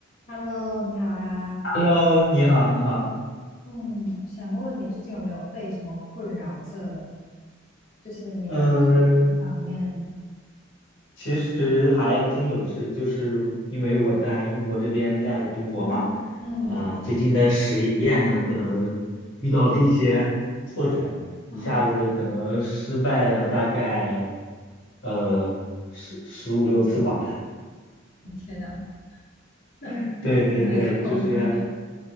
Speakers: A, on the left; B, on the left.
A: Hello，你好呀。
B: Hello，你好，你好。
A: 嗯，想问问你最近有没有被什么困扰着呢？就是你的情绪方面。
B: 嗯，其实还真有事，就是因为我在英国这边在读博嘛，
A: 嗯，
B: 啊、最近的实验呢，可能 <laughs> 遇到了一些 <laughs> 挫折，
A: 哦，
B: 一下子可能失败了大概呃十十五六次吧。
A: 我天哪，那那你还好吗？
B: <laughs> 对对对，就是